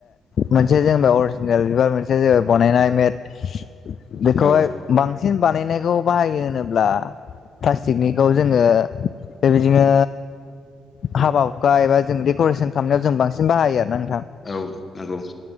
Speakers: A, on the left (about 55°); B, on the left (about 30°).
A: मोनसे जेनेबा अ जिनेल बनायनाय मेद बेखौहाय
B: औ
A: बांसिन बानायनाय खौ बाहायो होनोब्ला प्लासटिकनिखौ जोंङो बेबि बिदिनो हाबा हुखा एबा जों डेक'रेसन खालामनायाव जों बांसिन बाहायो आरो ना
B: औ नंगौ ।